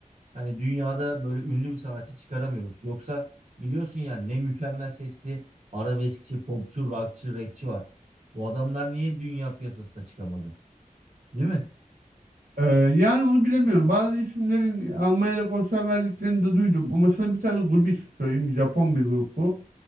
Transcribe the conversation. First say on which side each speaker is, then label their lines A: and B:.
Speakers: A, on the right; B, on the right.
A: Yani dünyada böyle ünlü bir sanatçı çıkaramıyoruz. Yoksa biliyorsun yani ne mükemmel sesli arabeskçi, popçu, rockçı, rapçi var. Bu adamlar niye dünya piyasasına çıkamadı? Değil mi?
B: Ee, yani onu bilemiyorum. Bazı isimlerin Almanya'da konser verdiklerini de duydum. Ama sana bir tane grubu ismi söyleyeyim. Japon bir grup bu.